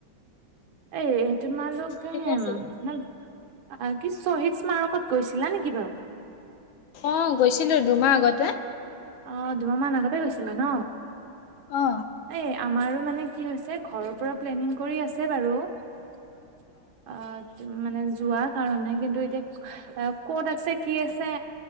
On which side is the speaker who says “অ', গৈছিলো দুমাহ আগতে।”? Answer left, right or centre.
Left